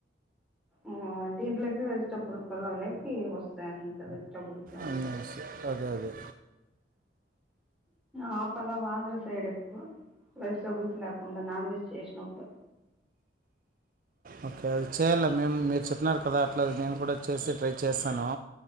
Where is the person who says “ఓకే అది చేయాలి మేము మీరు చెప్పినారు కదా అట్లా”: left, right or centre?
Right